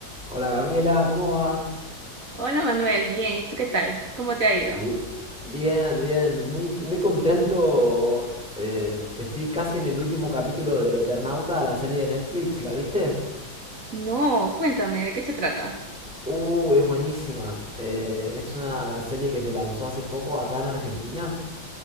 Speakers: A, in the centre; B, on the right (about 40°).
A: Hola Gabriela, ¿cómo va?
B: Hola Manuel, bien, ¿y tú qué tal? ¿Cómo te ha ido?
A: Bien, bien, bien. Muy, muy contento. Eh, estoy casi en el último capítulo del Eternauta, la serie de Netflix, ¿la viste?
B: No, cuéntame, ¿de qué se trata?
A: Uh, es buenísima. Eh, es una serie que se lanzó hace poco acá en Argentina.